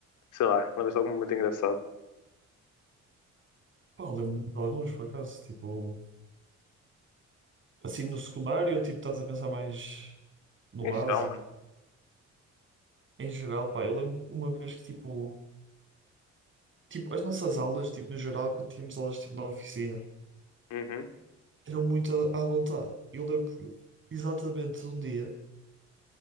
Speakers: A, on the left; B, on the right.
A: sei lá, lembras-te de algum momento engraçado?
B: Pá, lembro-me de alguns, por acaso, tipo, assim, no secundário, tipo, estás a pensar mais no
A: Isso
B: básico
A: é, mano.
B: Em geral, pá, eu lembro uma vez que, tipo, tipo, as nossas aulas, tipo, no geral, quando tínhamos aulas, tipo, na oficina,
A: Uhum.
B: eram muito à, à vontade. Eu lembro exatamente de um dia